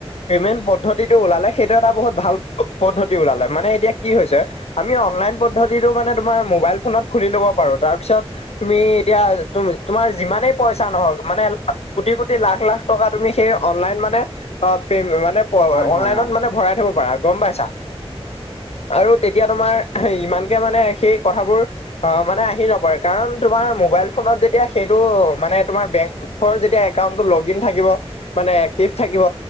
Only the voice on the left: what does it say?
পেমেণ্ট পদ্ধতিটো ওলালে সেইটো এটা বহুত ভাল পদ্ধতি ওলালে মানে এতিয়া কি হৈছে আমি অনলাইন পদ্ধতিটো মানে তোমাৰ মোবাইল ফোনত খুলি ল'ব পাৰো তাৰপিছত তুমি এতিয়া তো -তোমাৰ যিমানেই পইচা নহক মানে কোটি- কোটি, লাখ - লাখ টকা তুমি সেই অনলাইন মানে অ, পে মানে <unintelligible>
অনলাইনত
মানে তুমি ভৰাই থব পাৰা গম পাইছা আৰু তেতিয়া তোমাৰ এই ইমানকে মানে সেই কথাবোৰ অ, মানে আহি নপৰে কাৰণ তোমাৰ মোবাইল ফোনত যেতিয়া সেইটো মানে তোমাৰ বেংক খৰ যেতিয়া একাউন্তটো লগ ইন থাকিব মানে এক্টিভ থাকিব